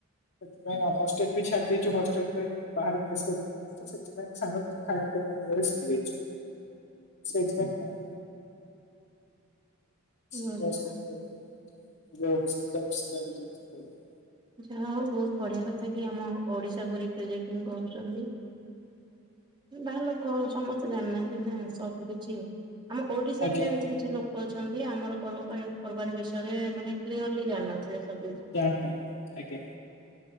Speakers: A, on the left (about 55°); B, on the right (about 20°).
A: ସେଥିପାଇଁ ଅ, ହଷ୍ଟେଲ୍ ବି ଛାଡି ଦେଇଛୁ। ହଷ୍ଟେଲ୍ ଟା ବି ବାହାରେ ମେସ୍ କରିକି ର ହିଛୁ ତ ସେଥିପାଇଁ ସାଙ୍ଗସାଥିରେ ଖାଇବା ପିଇବା ବନେଇବା ବି ଶିଖିଯାଇ ସେ ଏକ୍ସ <unintelligible> ସୁବିଧା
B: ବଢିଆ
A: ଅସୁବିଧା ହେଲେ <inaudible> ଯୋଉ ଅସୁବିଧା ବି ସୁଧାରି ଦଉଛି କହିଲେ।
B: ଯାହା ହଉ ବହୁତ ବଢିଆ କଥା କି ଆମ ଓଡିଶାକୁୁ ରିପ୍ରେଜେଟିଙ୍ଗ କରୁଚନ୍ତି। ଏ ବାହାର ଲୋକ ସମସ୍ତେ ଜାଣିନାହାନ୍ତି ନା ସବୁ କିଛି, ଆମ ଓଡିଶାରେ
A: ଆଜ୍ଞା
B: ବି ଯେମତି କିଛି ଲୋ କ ଅଛନ୍ତି, ଆମର ପର୍ବ ପାଣ ପର୍ବାଣି ବିଷୟରେ ମାନେ କ୍ଲିୟରଲି ଜାଣିନଥିଲେ ସବୁ କିଛି।
A: ଜାଣିନାହାନ୍ତି, ଆଜ୍ଞା